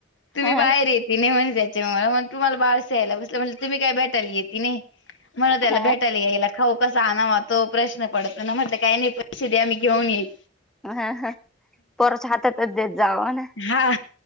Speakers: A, on the left; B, in the centre.
A: तुम्ही
B: ह
A: बाहेर येत ति नाही म्हण त्यायच्या मला मग तुम्हाला बाहेरसा यायला <unintelligible> तुम्ही काय भेटायला ति नाही. मला त्याला
B: ह
A: भेटायला याय खाऊ कसा आणावा तो प्रश्न पडत ना म्हटलं काय नाही परिथिधी आम्ही घेऊन येई.
B: हा हा, पोराच्या हातातच देत जाव ना.
A: हा